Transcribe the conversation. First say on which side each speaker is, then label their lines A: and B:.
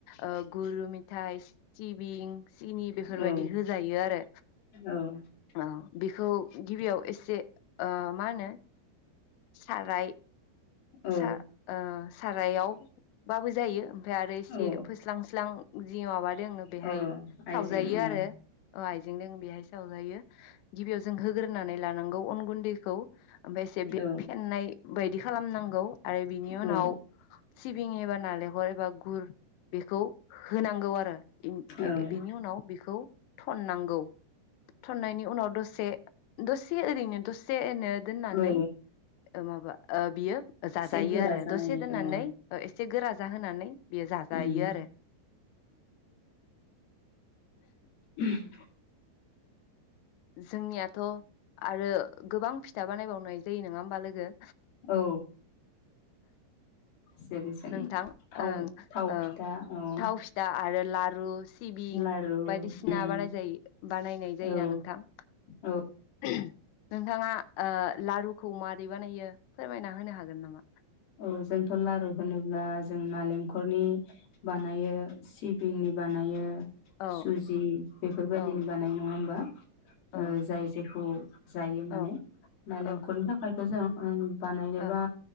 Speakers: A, on the left; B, on the left.
A: ओ गुरु मिथाइ सिबिं सिनि बेफोरबायदि
B: औ
A: होजायो आरो
B: औ
A: औ बेखौ गिबियाव एसे ओ मा होनो साराय
B: औ
A: सा ओ सारायावबाबो जायो। ओमफ्राय आरो इसे
B: औ
A: फोस्लांस्लां जि माबा जोंनो बेहाय
B: औ आइजें
A: सावजायो
B: औ
A: आरो जों बेहाय सावजायो गिबियाव जों होग्रोनानै लानांगौ अन गुन्दैखौ ओमफ्राय एसे
B: औ
A: फेनाय बायदि खालामनां गौ। आरो बिनि
B: औ
A: उनाव सिबिं एबा नारेंखल एबा गुर बेखौ होनांगौ आरो। बे
B: औ
A: बेनि उनाव बेखौ थननांगौ थननायनि उनाव दसे दसे ओरैनो दसे नो दोननानै
B: औ
A: ओ माबा ओ बियो जाजायो
B: एसे गोरा
A: आरो
B: जानायनि
A: दसे दोननानै
B: औ
A: ओ एसे गोरा होनानै बेयो जाजायो
B: उम
A: आरो
B: <inaudible>
A: जोंनियाथ' आरो गोबां फिथा बानायबावनाय जायो नङा होमबा लोगो?
B: औ जेरै जों
A: नोंथां
B: थाव
A: ओं
B: थाव
A: ओ
B: फिथा औ
A: थाव फिथा आरो लारु सिबिं
B: लारु
A: बायदिसिना
B: उम
A: बानायजायो बानायनाय जायोना
B: औ
A: नोंथां? नोंथां
B: औ
A: नोंथाङा ओ लारुखौ मारै बानायो फोरमायना होनो हागोन नामा?
B: औ जोंथ' लारु होनोब्ला जों नालेंखलनि बानायो सिबिंनि बानायो
A: औ
B: सुजि बेफोरबायदिनि
A: औ
B: बानायो नङा होम्बा?
A: औ
B: जाय जायखौ जायो
A: औ
B: माने नालेंखरनि
A: औ
B: थाखाय मोजां ओ नों बानायो
A: औ
B: बा